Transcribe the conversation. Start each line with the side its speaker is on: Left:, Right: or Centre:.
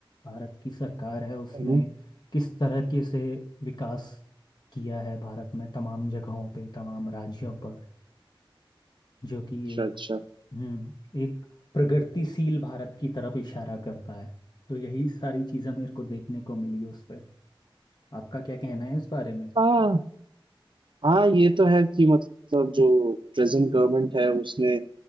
Left: भारत की सरकार है उसने
Right: हम्म।
Left: किस तरह के से विकास किया है भारत में तमाम जगहों पे तमाम राज्यों पर जो कि
Right: अच्छा
Left: एक
Right: अच्छा
Left: हम्म एक प्रगतिशील भारत की तरफ इशारा करता है तो यही सारी चीज़ें मेरे को देखने को मिली उस पे आपका क्या कहना है इस बारे में
Right: हाँ हाँ ये तो है कि मतलब जो प्रेजेंट गवर्नमेंट है उसने